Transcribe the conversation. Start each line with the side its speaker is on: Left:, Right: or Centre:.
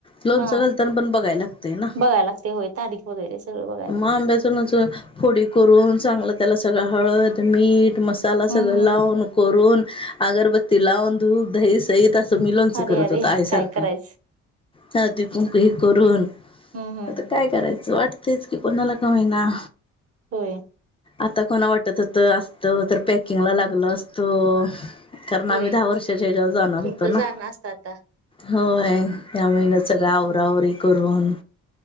Left: लोणच
Right: हा
Left: घालताना पण बघाय लागतय ना.
Right: बघायला लागते होय तारीख वगैरे सगळं बघायला लागतं.
Left: आंब्याच लोणच फोडी करून चांगल त्याला सगळ हळद, मीठ, मसाला त्याला
Right: हम्म हम्म
Left: सगळ लावून करून अगरबत्ती लावून धूप, दही ते तस मी लोणच
Right: अरे
Left: करत
Right: अरे
Left: होतो आई
Right: काय
Left: सारख.
Right: करायचं
Left: हां ते पूंक हे करून
Right: हम्म हम्म
Left: आता काय करायच वाटतयच की. कुणाला का होईना.
Right: होय
Left: आता पुन्हा वाटत होत असत तो तर पॅकिंगला लागलो असतो. कारण
Right: होय
Left: आम्ही दहा वर्षाच्या ह्याच्यावर जाणार
Right: तुमचं
Left: होतो ना.
Right: जाणं असतं आता
Left: होय ह्या महिन्यात सगळ आवराआवरी करून